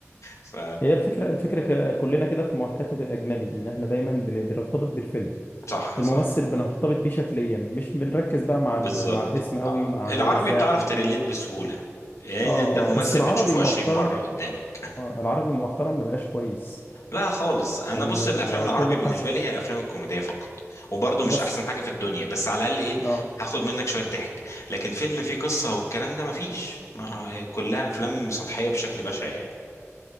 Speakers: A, on the left; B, on the left.
A: ف
B: هي الفكرة الفكرة ك- كلنا كده في مو- حتة الأجنبي إن إحنا دايما بن- بنرتبط بالفيلم
A: صح
B: الممثل
A: صح
B: بنرتبط بيه شكليا مش بنركز بقى مع
A: بالظبط
B: ال- مع الاسم قوي
A: اه
B: ومع
A: العربي
B: هو إزاي
A: بتعرف
B: عمل
A: تريليت
B: إيه
A: بسهولة يعني
B: آه
A: انت الممثل
B: آه بس العربي
A: بتشوفه
B: مؤخرا
A: 20 مرة قدامك
B: آه العربي مؤخرا ما بقاش كويس
A: لا خالص انا
B: يعني
A: بص الافلام
B: بقى
A: العربي
B: كله
A: بالنسبة
B: حشو
A: لي هي الافلام الكوميدية فقط وبرضه مش
B: بس
A: احسن حاجة في الدنيا بس على الاقل ايه
B: آه
A: هاخد منك شوية ضحك لكن فيلم فيه قصة والكلام ده مفيش ما هو- كلها افلام سطحية بشكل بشع يعني